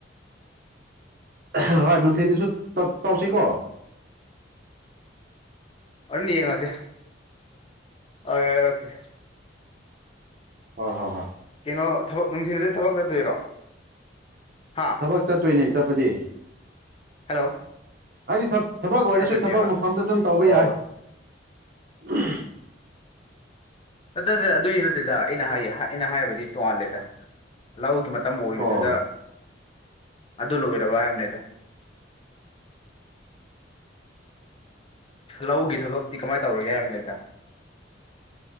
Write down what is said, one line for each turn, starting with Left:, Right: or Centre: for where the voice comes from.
Right: ꯍꯣꯏ ꯅꯨꯡꯊꯤꯟꯗꯁꯨ ꯇꯧꯁꯤꯀꯣ
Left: ꯑꯗꯨꯅꯤ ꯌꯦꯡꯉꯁꯦ ꯑꯩ ꯍꯥꯏꯔꯛꯀꯦ
Right: ꯍꯣꯢ ꯍꯣꯏ ꯍꯣꯏ
Left: ꯀꯩꯅꯣ ꯊꯕꯛ ꯅꯨꯡꯊꯤꯜꯗ ꯊꯕꯛ ꯆꯠꯇꯣꯏꯔꯣ ꯍꯥ
Right: ꯊꯕꯛ ꯆꯠꯇꯣꯏꯅꯦ ꯆꯠꯄꯗꯤ
Left: ꯍꯜꯂꯣ
Right: ꯑꯩꯗꯤ ꯊꯞ ꯊꯕꯛ ꯑꯣꯏꯔꯁꯨ
Left: ꯆꯠꯇꯣꯏꯅꯦꯕ
Right: ꯊꯕꯛ ꯃꯐꯝꯗ ꯑꯗꯨꯝ ꯇꯧꯕ
Left: ꯑꯣ
Right: ꯌꯥꯏ ꯎꯝ
Left: ꯑꯗꯨꯗꯤ ꯑꯗꯨꯏ ꯅꯠꯇꯦꯗ ꯑꯩꯅ ꯍꯥꯏꯌꯦ ꯑꯩꯅ ꯍꯥꯏꯕꯗꯤ ꯇꯣꯉꯥꯜꯂꯦꯗ ꯂꯧꯒꯤ ꯇꯝꯃꯣꯏꯕꯗꯨꯗ
Right: ꯍꯣꯏ
Left: ꯑꯗꯨ ꯂꯣꯏꯔꯕ ꯍꯥꯏꯕꯅꯦꯗ ꯂꯧꯒꯤ ꯊꯕꯛꯇꯤ ꯀꯃꯥꯏ ꯇꯧꯔꯒꯦ ꯍꯥꯏꯕꯅꯤꯗ